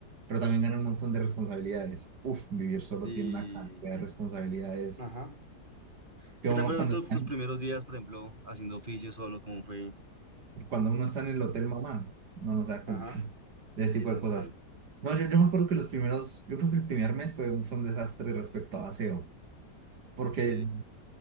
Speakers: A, on the right; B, on the right.
A: pero también gané un montón de responsabilidades. Uf, vivir
B: Sí.
A: solo tiene una cantidad de responsabilidades
B: Ajá.
A: que
B: ¿Qué
A: uno
B: tal fueron
A: cuando
B: tu-
A: está...
B: tus primeros días, por ejemplo, haciendo oficio solo? ¿Cómo fue?
A: cuando uno está en el hotel mamá, no nos da
B: Ajá.
A: cuenta <laughs> de ese
B: Sí,
A: tipo
B: no,
A: de
B: total.
A: cosas. No, yo, yo me acuerdo que los primeros, yo creo que el primer mes fue un, fue un desastre respecto a aseo, porque
B: Ok.